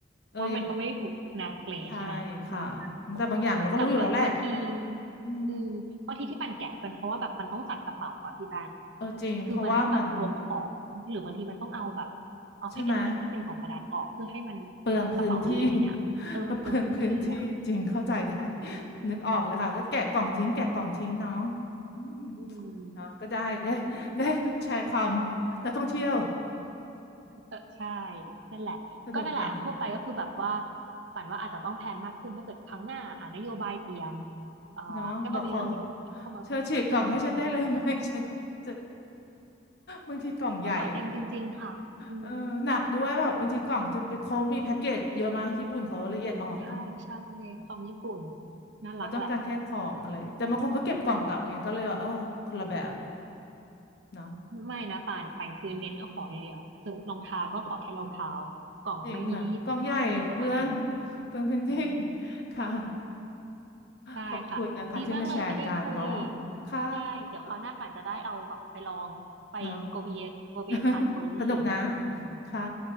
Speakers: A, on the left (about 55°); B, on the right (about 70°).
A: เออยัง
B: ว่ามันก็ไม่ได้ถูกนาเกลใช่ไหมอืม
A: ใช่ค่ะแต่บางอย่างเราก็รู้อยู่แล้วแหละ
B: แต่เออบางที
A: อืม
B: อืมบางทีที่มันแกะเป็นเพราะว่าแบบมันต้องจัดกระเป๋าอะพี่บาน
A: เออจริงเพราะว่ามัน
B: คือมันต้องแบบรวมของหรือบางทีมันต้องเอาแบบเอาแพ็กเกจจิ้งที่เป็นกล่องกระดาษออกเพื่อให้มัน
A: ใช่ไหมเปลืองพื้นที่
B: กระเป๋ามันลีนอะเออมันเปลืองพื้นที่อะ
A: <laughs> ก็เปลืองพื้นที่จริงเข้าใจได้ <laughs>
B: อื
A: นึกออกเลยค่ะก็แกะกล่องทิ้งแกะกล่องทิ้งเนาะอืม
B: ม
A: เนาะก็ได้ได้ได้แชร์ความนักท่องเที่ยว
B: เออใช่นั่นแหละก็นั่นแหละทั่วไปก็คือแบบว่า
A: สนุกจัง
B: ปั่นว่าอาจจะต้องแพลนมากขึ้นถ้าเกิดครั้งหน้าอ่านโยบายเปลี่ยนเอ่อก็ต้องมีเรื่องนี้เข้ามาเพิ่มมากขึ้นอืม
A: เนาะบอกขอเธอฉีกกล่องให้ฉันได้เลยไหม <laughs> ฉัน <laughs> จะบางทีกล่องใหญ่
B: กระเป๋าเต็มจริงๆค่ะอืม
A: เออหนักด้วยแบบบางทีกล่องเธอไปเขามีแพ็กเกจเยอะมากญี่ปุ่นเขาละเอียดอ่อนเนาะ
B: ใช่ใช่ความญี่ปุ่นน่ารักแหละ
A: เราต้องการแค่ของอะไรแต่บางคนเขาเก็บกล่องกลับไงก็เลยว่าเออคนละแบบเนาะ
B: ไม่นะป่านป่านคือเน้นเอาของอย่างเดียวสุดรองเท้าก็ขอแค่รองเท้ากล่องไม่มีที่ญี่ปุ่นไม่มีกระเป๋าเต็ม
A: จริงค่ะกล่องใหญ่เปลือง <laughs> เปลืองพื้นที่
B: อืม
A: <laughs> ค่ะ
B: ได้ค่ะดีมากเลยที่ได้คุย
A: ขอบคุณนะคะที่มาแชร์กันเนาะค่ะ
B: ใช่เดี๋ยวคราวหน้าป่านจะได้เอาแบบไปลองไปโกเบโกเบผ่านเฟอร์รี่
A: เนาะ <laughs> สนุกนะ
B: อืม
A: ค่ะ